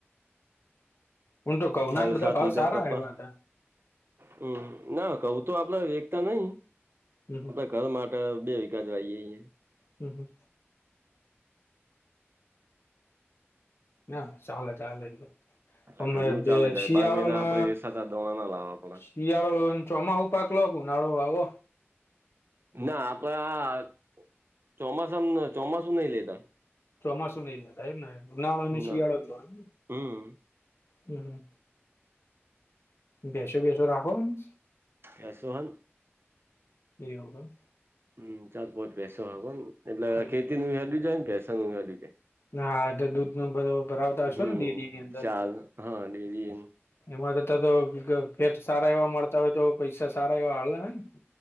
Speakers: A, on the left; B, on the right.
A: હું તો ઘઉંના
B: હા
A: બધા
B: સાત
A: ભાવ
B: વિઘા
A: સારા
B: કપાહ.
A: આવ્યા હતા
B: હમ ના કહુ તો આપણે એકેતા નહી
A: હમ
B: ઘર માટે બે વિઘા જઈએે અહીંયા.
A: હમ, હમ ના ચાલે ચાલે.
B: એટલે
A: અમે
B: ઘરનું ચાલે
A: બે
B: છે..
A: શિયાળોને
B: બાર મહિના આપડે વેચાતા દાણા ના લાવવા પડે
A: શિયાળો ચોમાસું પાક લો ઉનાળો વાવો
B: ના આપડે આ ચોમાસા ચોમાસું નહીં લેતા
A: ચોમાસું નહીં એમને ઉનાળો અને
B: ના
A: શિયાળો નો
B: હમ
A: હોય. બેસો બેસો રાખોને
B: એ સોહન
A: એવું
B: હમ ચાર પોચ પેસો આવે ને એટલે
A: એમ
B: ખેતી નુંય હેડ્યું જાય ને પેસા નું હેડ્યું જાય
A: હા તો દૂધ નો ઘડો ભરાવતા હશો
B: હમ
A: ને ડેરીની અંદર
B: ચાર હા ડેરી એમ
A: એમાં થતા તો ફેટ સારા એવા મળતા હોય તો પૈસા સારા એવા આલે હે ને